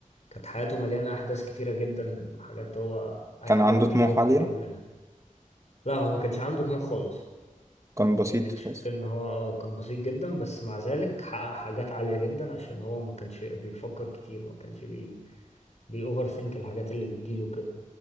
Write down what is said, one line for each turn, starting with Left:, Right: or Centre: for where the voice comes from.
Left: كانت حياته مليانة أحداث كتيرة جدا حاجات هو أي
Right: كان
Left: حاجة
Right: عنده
Left: بتجيله
Right: طموح
Left: هو كان
Right: عالية
Left: بيعملها لا هو ما كانش عنده طموح خالص
Right: كان بسيط
Left: يعني
Right: خالص
Left: أشك إن هو اه كان بسيط جدا بس مع ذلك حقق حاجات عالية جدا عشان هو ما كانش بيفكر كتير ما كانش بي بي اوفر ثينك الحاجات اللي بتجيله كده